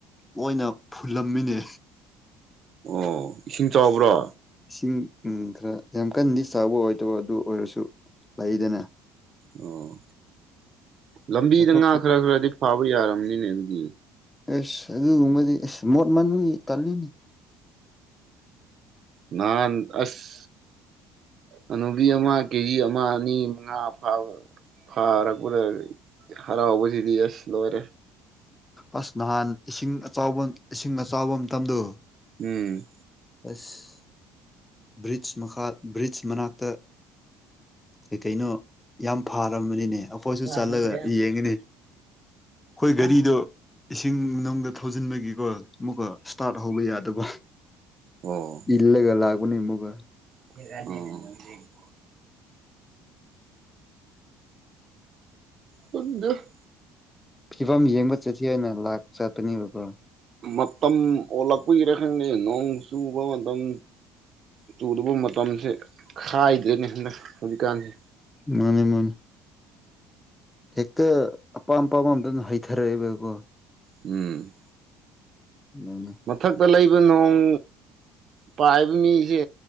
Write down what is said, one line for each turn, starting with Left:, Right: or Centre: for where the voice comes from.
Left: ꯂꯣꯏꯅ ꯐꯨꯜꯂꯝꯃꯤꯅꯦ
Right: ꯑꯣ ꯏꯁꯤꯡ ꯆꯥꯎꯕ꯭ꯔꫭ
Left: ꯏꯁꯤꯡ ꯎꯝ ꯈꯔ ꯌꯥꯝ ꯀꯟꯗꯤ ꯆꯥꯎꯕ ꯑꯣꯏꯗꯕ ꯑꯗꯨ ꯑꯣꯏꯔꯁꯨ ꯂꯩꯗꯅ
Right: ꯑꯣ ꯂꯝꯕꯤꯗ
Left: ꯆꯠꯊꯣꯛꯇꯦ
Right: ꯉꯥ ꯈꯔ ꯈꯔꯗꯤ ꯐꯥꯕ ꯌꯥꯔꯝꯅꯤꯅꯦ ꯑꯗꯨꯒꯤ
Left: ꯑꯦꯁ ꯑꯗꯨꯒꯨꯝꯕꯗꯤ ꯑꯦꯁ ꯃꯣꯠ ꯃꯅꯨꯡꯒꯤ ꯇꯜꯂꯤꯅ‌ꯦ
Right: ꯅꯍꯥꯟ ꯑꯁ ꯑꯅꯨꯕꯤ ꯑꯃ ꯒ‌ꯦꯖꯤ ꯑꯃ ꯑꯅꯤ ꯃꯉꯥ ꯐꯥꯕ ꯐꯥꯔꯛꯄꯗ ꯍꯔꯥꯎꯕꯁꯤꯗꯤ ꯑꯁ ꯂꯣꯏꯔꯦ
Left: ꯑꯁ ꯅꯍꯥꯟ ꯏꯁꯤꯡ ꯑꯆꯥꯎꯕ ꯏꯁꯤꯡ ꯑꯆꯥꯎꯕ ꯃꯇꯝꯗꯣ
Right: ꯎꯝ
Left: ꯑꯁ ꯕ꯭ꯔꯤꯖ ꯃꯈꯥ ꯕ꯭ꯔꯤꯖ ꯃꯅꯥꯛꯇ ꯀꯩ ꯀꯩꯅꯣ ꯌꯥꯝ ꯐꯥꯔꯝꯕꯅꯤꯅꯦ ꯑꯩꯈꯣꯏꯁꯨ
Right: ꯑ
Left: ꯆꯠꯂꯒ
Right: ꯅꯪ
Left: ꯌꯦꯡꯉꯤꯅꯤ ꯑꯩꯈꯣꯏ ꯒꯥꯔꯤꯗꯣ
Right: <unintelligible>
Left: ꯏꯁꯤꯡ ꯃꯅꯨꯡꯗ ꯊꯧꯖꯤꯟꯕꯒꯤꯀꯣ ꯑꯃꯨꯛꯀ ꯏꯁꯇꯥꯔꯠ ꯍꯧꯕ ꯌꯥꯗꯕ
Right: ꯑꯣ
Left: ꯏꯜꯂꯒ ꯂꯥꯛꯄꯅꯤ ꯑꯃꯨꯛꯀ
Right: <unintelligible> ꯍꯗ <unintelligible>
Left: ꯐꯤꯕꯝ ꯌꯦꯡꯕ ꯆꯠꯁꯤ ꯍꯥꯏꯅ ꯂꯥꯛ ꯆꯠꯄꯅꯦꯕꯀꯣ
Right: ꯃꯇꯝ ꯑꯣꯜꯂꯛꯄꯒꯤꯔꯦ ꯈꯪꯗ‌ꯦ ꯅꯣꯡ ꯆꯨꯕ ꯃꯇꯝ ꯆꯨꯗꯕ ꯃꯇꯝꯁꯦ ꯈꯥꯏꯗ꯭ꯔꯦꯅꯤ ꯍꯟꯗꯛ ꯍꯧꯖꯤꯛꯀꯥꯟꯁꯦ
Left: ꯃꯥꯅꯦ ꯃꯥꯅꯦ ꯍꯦꯛꯇꯥ ꯑꯄꯥꯝ ꯑꯄꯥꯝꯕ ꯑꯝꯇꯝ ꯍꯩꯊꯔꯛꯏꯦꯕꯀꯣ
Right: ꯎꯝ
Left: ꯃꯥꯅꯤ
Right: ꯃꯊꯛꯇ ꯂꯩꯕ ꯅꯣꯡ ꯄꯥꯏꯕ ꯃꯤꯁꯦ